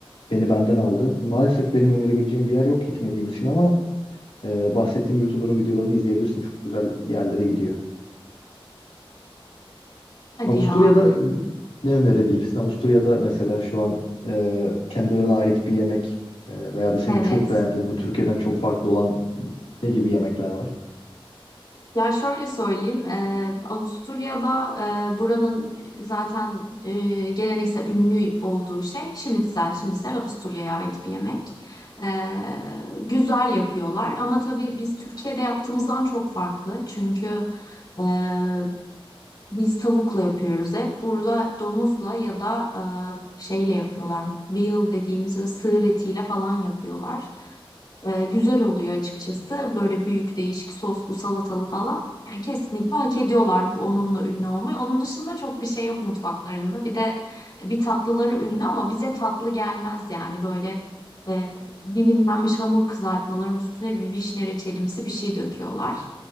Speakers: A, on the left; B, on the left.
A: beni benden aldı. Maalesef benim önerebileceğim bir yer yok gitmediğim için ama e, bahsettiğim YouTuber'ın videolarını izleyebilirsin. Çok güzel yerlere gidiyor.
B: hadi
A: Avusturya'da
B: ya
A: ne önerebilirsin? Avusturya'da mesela şu an e, kendilerine ait bir yemek e, veya da senin
B: evet
A: çok beğendiğin, bu Türkiye'den çok farklı olan ne gibi yemekler var?
B: Ya şöyle söyleyeyim, eee, Avusturya'da eee, buranın zaten eee, geleneksel ünlü olduğu şey şinitzel. Şinitzel Avusturya'ya ait bir yemek. Eee, güzel yapıyorlar ama tabii biz Türkiye'de yaptığımızdan çok farklı. Çünkü eee, biz tavukla yapıyoruz hep. Burada domuzla ya da eee, şeyle yapıyorlar. Veal dediğimiz ve sığır etiyle falan yapıyorlar. E, güzel oluyor açıkçası. Böyle büyük değişik soslu salatalı falan. Yani kesinlikle hak ediyorlar bu- onunla ünlü olmayı. Onun dışında çok bir şey yok mutfaklarında. Bir de e, bir tatlıları ünlü ama bize tatlı gelmez yani böyle e, dilimlenmiş hamur kızartmaların üstüne bir vişne reçelimsi bir şey döküyorlar.